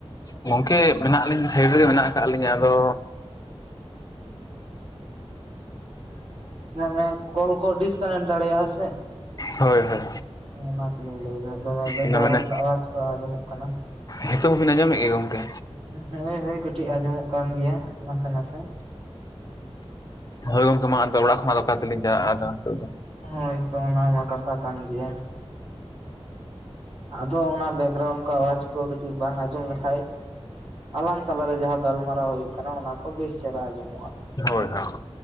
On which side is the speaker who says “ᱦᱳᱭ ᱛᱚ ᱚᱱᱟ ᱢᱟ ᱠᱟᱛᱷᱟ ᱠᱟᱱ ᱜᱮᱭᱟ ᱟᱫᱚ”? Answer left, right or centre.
Right